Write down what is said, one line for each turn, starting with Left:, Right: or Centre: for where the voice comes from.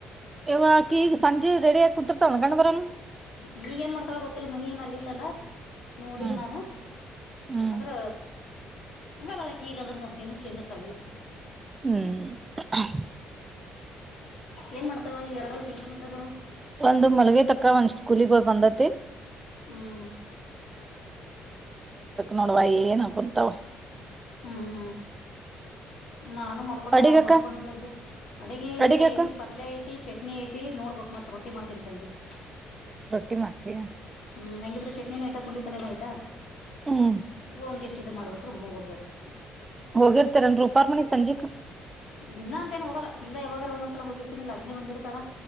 Right: ಇವ ಆಕಿ ಈಗ ಸಂಜೆ ರೇಡೆಯ ಆ ಕುುದುತ ಹುಗಳನ್ನುಣವರನು
Left: ಈಗ ಏನ್ ಮಾಡ್ತಾವ ಗೊತ್ತಿಲ್ಲ ಮನಿ ಏನ ಅಲ್ಲಿಲ್ಲಲ್ಲ ನೋಡಿಲ್
Right: ಹ್ಮ್
Left: ನಾನು
Right: ಹ್ಮ್
Left: ಆದ್ರ ಹಂಗಾದಾಳಕ ಈಗದ್ರನು ಏನು ಚೇಂಜಸ್ ಆಗಿಲ್ಲ
Right: ಹ್ಮ್
Left: ಏನ್ ಮಾಡ್ತಾವ ಈ ಎರಡು ಚಿಲ್ರಮಲ್ಗಳು
Right: ಒಂದು ಮಲ್ಗ ತಕ್ಕ ಒಂದ್ ಸ್ಕೂಲಿಗೆ ಹೋಗ್ ಬಂದತಿ
Left: ಹ್ಮ್
Right: ನೋಡುವ ಏನ ಕುಂತವ
Left: ಹ್ಮ ಹ್ಮ ನಾನು ಮಲ್ಕೊಂಡವ
Right: ಅಡಿಗಕ್ಕ
Left: ಮಲ್ಕೊಂಡದ್ದೆ ಅಡಗೆ
Right: ಅಡಿಗಕ್ಕ
Left: ಐತಿ ಪಲ್ಯ ಐತಿ ಚಟ್ನಿ ಐತಿ ನೋಡ್ಬೇಕ ಮತ್ ರೊಟ್ಟಿ ಮಾಡ್ತೀನಿ ಸಂಜಿಕ್
Right: ರೊಟ್ಟಿ ಮಾಡ್ತೀ
Left: ಹ್ಮ್ ಹೆಂಗಿದ್ರು ಚಟ್ನಿನೂ ಆಯ್ತಾ ಕುುಂಡಿ ಪಲ್ಲನ ಆಯ್ತಾ
Right: ಹ್ಮ್
Left: ಒಂದಿಷ್ಟ ಚ್ಚಿದದು ಮಾಡಿಬಿಟ್ರರು ಮುಗದು ಹ ಹೊತ್ತುು
Right: ಹೋಗಿರ್ತರನ್ ರೂಪಾರಮಣಿ ಸಂಜೆಕ್
Left: ದಿನಾ ಅಂತೇನ್ ಹೋಗಲ್ಲ ಹಿಂಗ ಯಾವಾಗ ಒಂದ್ಸಲ ಹೋಗಿರ್ತಿನನಿಲ್ಲಾಕಿನಿ ಬಂದಿರ್ತಾಳ